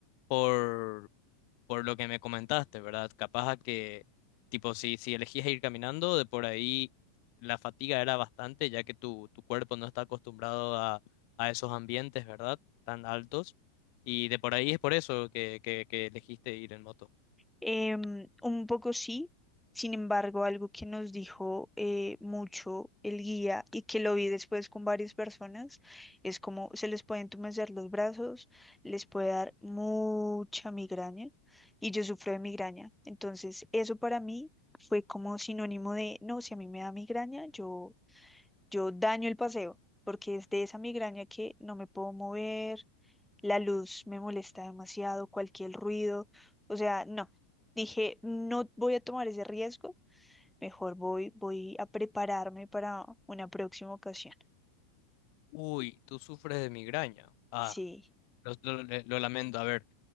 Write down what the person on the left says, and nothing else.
por, por lo que me comentaste, ¿verdad? Capaz a que, tipo, si, si elegías ir caminando, de por ahí la fatiga era bastante, ya que tu, tu cuerpo no está acostumbrado a, a esos ambientes, ¿verdad? Tan altos. Y de por ahí es por eso que, que, que elegiste ir en moto.
Uy, tú sufres de migraña. Ah,
lo, lo- lo lamento. A ver,